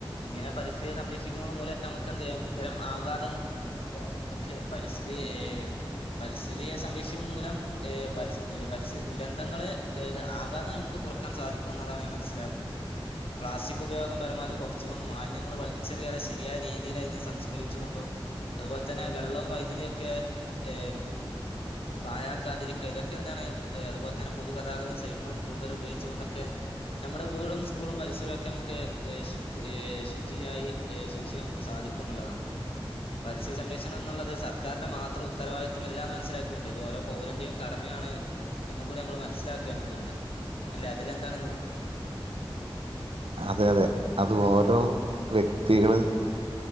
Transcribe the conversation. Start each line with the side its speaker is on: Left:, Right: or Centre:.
Left: ഇങ്ങനെ പരിസ്ഥിതി സംരക്ഷിക്കുന്നത് മൂലം നമുക്ക് എന്ത് ചെയ്യാം ഇത്തരം ആഘാതങ്ങൾ <unintelligible> പക്ഷെ പരിസ്ഥിതി ഏഹ് പരിസ്ഥിതിയെ സംരക്ഷിക്കുന്ന മൂലം ഏഹ് പരിസ് ദുര പരിസ്ഥി ദുരന്തങ്ങള് ഏഹ് ആകാതം നമുക്ക് കുറ ക്കാൻ സാധിക്കും എന്നതാണ് മനസ്സിലാക്കുന്നത്. പ്ലാസ്റ്റിക് ഉപയോഗം പരമാവധി കൊറച്ചു കൊണ്ട് മാലിന്യങ്ങൾ വലിച്ചെറിയാതെ ശരിയായ രീതിയിൽ അതിനെ സംസ്കരിച്ചുകൊണ്ടും അതുപോലെ തന്നെ വെള്ളവും വൈദ്യുതി ഒക്കെ ഏഹ് പായാക്കാതിരിക്കുക ഇതൊക്കെ എന്താണ് അതുപോലെ തന്നെ പൊതുഗതാഗതവും സൈക്കളും കൂടുതല ഉപയോഗിച്ചു കൊണ്ടൊക്കെ നമ്മുടെ വീടും സ്കൂളും പരിസരവും ഒക്കെ നമുക്ക് ശുദ്ധി ശുചിയായി സൂക്ഷിക്കാൻ നമുക്ക് സാധിക്കും എന്നുള്ളതാണ് പരിസ്ഥിതി സംരക്ഷണം എന്നുള്ളത് സർക്കാരിന്റെ മാത്രം ഉത്തരവാദിത്മല്ല എന്ന് മനസാക്കിയൊണ്ട് ഇത് ഓരോ പൗരന്റെയും കടമയാണ് എന്ന് കൂടി നമ്മൾ മനസ്സിലാക്കേണ്ടതുണ്ട് അല്ലെ അതിലെന്താണ് നിങ്ങള
Right: അതെ അതെ അത് ഓരോ വ്യക്തികൾ